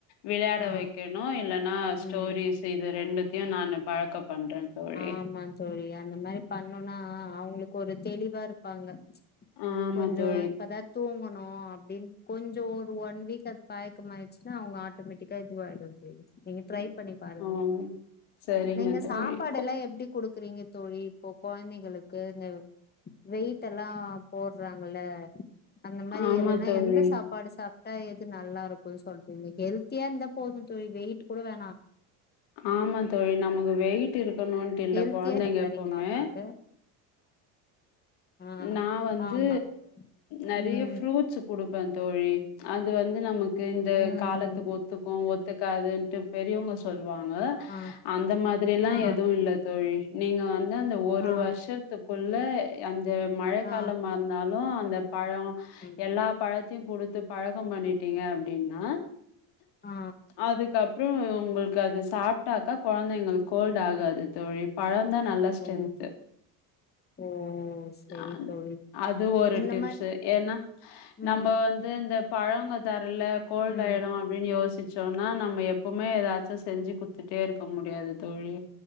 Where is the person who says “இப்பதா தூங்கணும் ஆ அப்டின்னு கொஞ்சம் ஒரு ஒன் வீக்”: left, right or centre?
Left